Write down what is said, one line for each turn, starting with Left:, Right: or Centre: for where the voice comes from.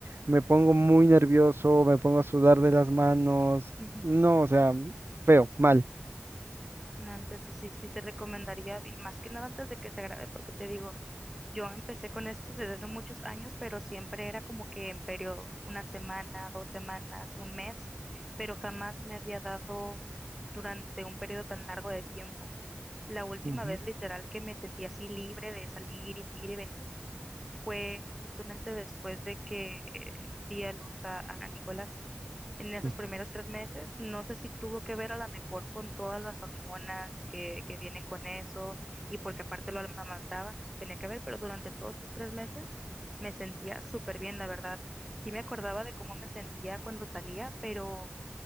Right: me pongo muy nervioso, me pongo a sudar de las manos,
Centre: ujú.
Right: no, o sea, feo, mal.
Centre: No, entonces sí, sí te recomendaría, y más que nada antes de que se grabe, porque te digo, yo empecé con esto desde hace muchos años, pero siempre era como que en periodos, una semana, dos semanas, un mes, pero jamás me había dado durante un periodo tan largo de tiempo. La última
Right: Ujú,
Centre: vez literal que me sentí así libre de salir, y- ir y venir, fue justamente después de que di a luz a a Nicolás. en esos
Right: sí.
Centre: primeros tres meses. No sé si tuvo que ver a lo mejor con todas las hormonas que, que vienen con eso y porque aparte lo amamantaba, no sé si tenía que ver, pero durante todos esos tres meses me sentía súper bien, la verdad. Sí me acordaba de cómo me sentía cuando salía, pero